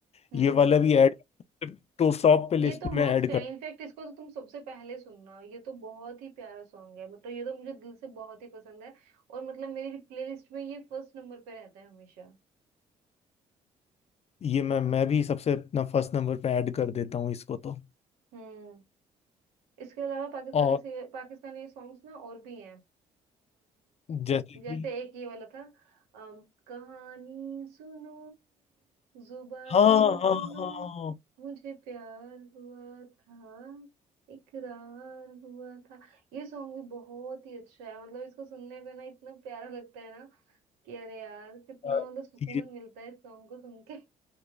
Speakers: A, on the right (about 75°); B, on the left (about 40°).
A: हम्म
B: ये
A: हम्म
B: वाला भी
A: हम्म
B: ऐड तो टॉप पे लिस्ट
A: ये तो मस्त
B: में ऐड
A: है
B: कर
A: इनफैक्ट इसको तो तुम सबसे पहले सुनना ये तो बहुत ही प्यारा सॉन्ग है मतलब ये तो मुझे दिल से बहुत ही पसंद है और मतलब मेरी प्लेलिस्ट में ये फर्स्ट नंबर पे रहता है हमेशा
B: ये मैं मैं भी सबसे अपना फर्स्ट नंबर पे ऐड कर देता हूँ इसको तो
A: हम्म इसके अलावा पाकिस्तानी
B: और
A: से पाकिस्तानी सॉन्ग्स ना और भी हैं
B: जैसे
A: जैसे
B: कि
A: एक ये वाला था अम, कहानी सुनो जुबानी
B: हाँ
A: सुनो
B: हाँ हाँ
A: मुझे प्यार हुआ था इकरार हुआ था ये सॉन्ग भी बहुत ही अच्छा है मतलब इसको सुनने पे ना इतना प्यारा लगता है ना कि अरे यार कितना
B: अ,
A: मतलब सुकून
B: ये
A: मिलता है इस सॉन्ग को सुन के